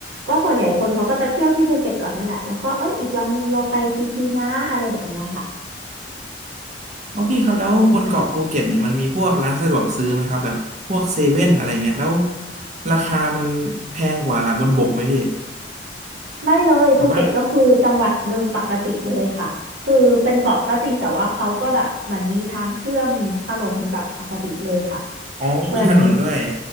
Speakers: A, on the right; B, on the right.
A: ก็ส่วนใหญ่คนเขาก็จะเที่ยวที่ภูเก็ตก่อนเนี่ยแหละแล้วก็เอ้ยอีกวันหนึ่งเราไปพีพีนะอะไรแบบเนี้ยค่ะ
B: อ๋อพี่ครับแล้วบนเกาะภูเก็ตเนี่ยมันมีพวกร้านสะดวกซื้อไหมครับแบบพวกเซเว่นอะไรเงี้ยแล้วราคามันแพงกว่าบนบกไหมพี่
A: ไม่เลยภูเก็ตก็คือจังหวัดหนึ่งปกติเลยค่ะคือเป็นเกาะก็จริงแต่ว่าเขาก็แบบเหมือนมีทางเชื่อมถนนแบบปกติเลยค่ะ
B: แบบว่าอ๋อมีถนนด้วย
A: เหมือน